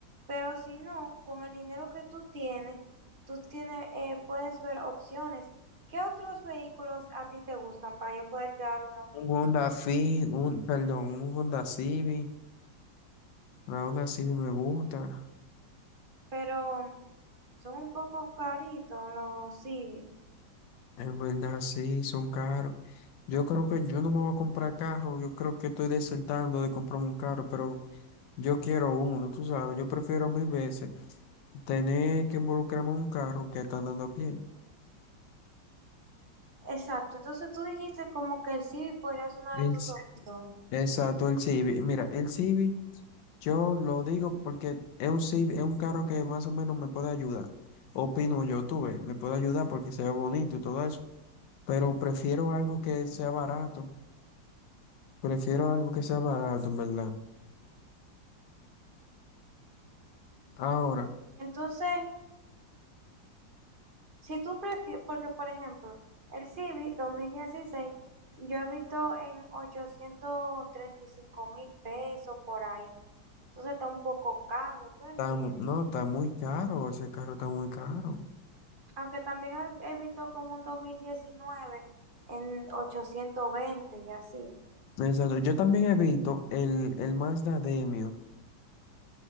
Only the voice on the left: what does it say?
Un Honda Fit, un, perdón, un Honda Civic. La Honda Civic me gusta.
En verdad, sí, son caros. Yo creo que yo no me voy a comprar carro, yo creo que estoy desertando de comprarme un carro, pero yo quiero uno, tú sabes, yo prefiero mil veces tener que involucrarme en un carro que está andando a pie.
El,
Ci-
exacto, el Civic. Mira, el Civic, yo lo digo porque es un Civic, es un carro que más o menos me puede ayudar. Opino yo, tú ves, me puede ayudar porque se ve bonito y todo eso, pero prefiero algo que sea barato, prefiero algo que sea barato, en verdad. Ahora,
está mu- no, está muy caro, ese carro está muy caro.
Exacto, yo también evito el, el Mazda Demio,